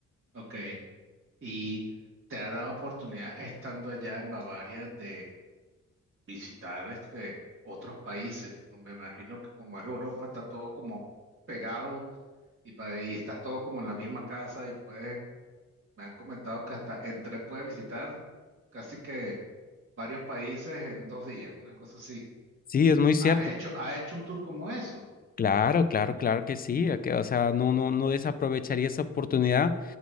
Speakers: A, on the right; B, on the left.
A: ok. y te ha dado oportunidad estando allá en Bavaria de visitar este otros países. Me imagino que como es Europa está todo como pegado y, pa- y está todo como en la misma casa y puedes, me han comentado que hasta en tren puedes visitar casi que varios países en dos días, una cosa así.
B: Sí, es muy cierto.
A: ¿Has hecho, has hecho un tour como eso?
B: Claro, claro, claro que sí. a que- O sea, no, no, no desaprovecharía esa oportunidad